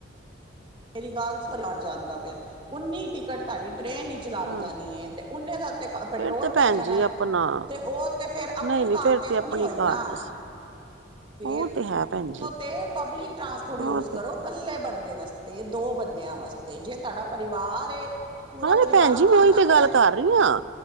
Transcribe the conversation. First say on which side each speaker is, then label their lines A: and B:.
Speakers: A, on the right; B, on the right.
A: ਮੇਰੀ ਗੱਲ ਸਰਾਰ <unintelligible> ਜਾਂਦਾ ਪਿਆ ਉੱਨੀ ਟਿਕਟ ਤੁਹਾਡੀ ਟ੍ਰੇਨ ਲਗ
B: ਹਾਂ
A: ਜਾਣੀ ਹੈ ਤੇ ਉਹੇ ਦਾ ਤੇ ਪੈਟਰੋਲ
B: ਫੇਰ ਤੇ ਭੈਣ
A: ਪੈ ਜਾਣਾ
B: ਜੀ ਆਪਣਾ
A: ਤੇ ਉਹ ਤੇ ਫੇਰ ਆਪਣੀ
B: ਨਹੀਂ ਨਹੀਂ
A: ਕਾਰ
B: ਫੇਰ
A: ਤੇ ਆਪਣੀ ਹੋਈ
B: ਕਾਰ
A: ਨਾ
B: ਦੱਸ
A: ਫੇਰ,
B: ਉਹ ਤੇ ਹੈ ਭੈਣ ਜੀ
A: ਉਹ ਤੇ ਪਬਲਿਕ ਟ੍ਰਾਂਸਪੋਰਟ
B: ਉਹ
A: ਯੂਜ
B: ਤੇ
A: ਕਰੋ। ਇਕੱਲੇ ਬੰਦੇ ਵਾਸਤੇ, ਦੋ ਬੰਦਿਆਂ ਵਾਸਤੇ ਜੇ ਤੁਹਾਡਾ ਪਰਿਵਾਰ ਏ ਪੂਰਾ
B: ਹੋਰ
A: ਪਰਿਵਾਰ
B: ਭੈਣ ਜੀ, ਮੈਂ
A: ਜਾਂਦਾ
B: ਉਹੀ ਤੇ ਗੱਲ
A: ਪਿਆ
B: ਕਰ ਰਹੀ ਹਾਂ।